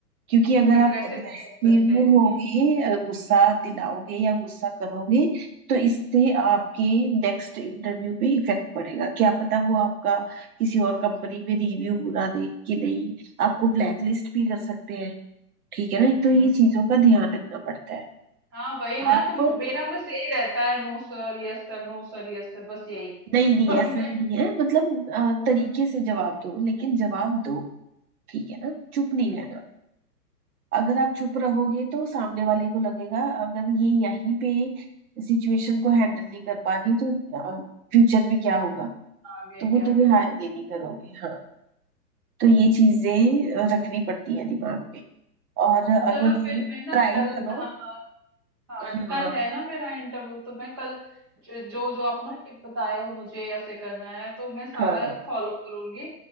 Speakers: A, on the right; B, on the right.
A: क्योंकि अगर
B: एग्रेसिव
A: आप एग्रेसिव
B: नहीं हो सकते हम्म
A: होगे अ, गुस्सा दिलाओगे या गुस्सा करोगे तो इससे आपके नेक्स्ट इंटरव्यू पे इफेक्ट पड़ेगा क्या पता वो आपका किसी और कंपनी में रिव्यू बुरा दे कि नहीं आपको ब्लैकलिस्ट भी कर सकते हैं ठीक है ना
B: हम्म
A: तो ये
B: हम्म।
A: चीजों का ध्यान रखना पड़ता है
B: हाँ वही ना
A: आप
B: तो मेरा बस यही रहता है no sir yes sir no sir yes sir बस यही
A: नहीं नहीं
B: <laughs>
A: ऐसा
B: मैं
A: भी नहीं है मतलब अ,
B: हम्म,
A: तरीके से जवाब दो लेकिन जवाब दो ठीक है ना चुप नहीं
B: हम्म,
A: रहना अगर आप चुप रहोगे तो सामने वाले को लगेगा अगर ये यहीं पे सिचुएशन को हैंडल नहीं कर पा रही तो फ्यूचर में क्या होगा
B: आगे
A: तो वो
B: क्या
A: तुम्हें
B: करेंगे
A: हाँ ये नहीं करोगे हाँ तो ये चीजें अ, रखनी पड़ती है दिमाग में और
B: चलो
A: अगर
B: फिर मैं ना
A: ट्राई
B: कल
A: करो
B: हाँ हाँ
A: हाँ
B: तो कल है ना मेरा इंटरव्यू तो मैं कल जो जो, जो आप ना टिप बताए हो मुझे ऐसे करना है तो मैं सारा
A: हाँ
B: फॉलो करूंगी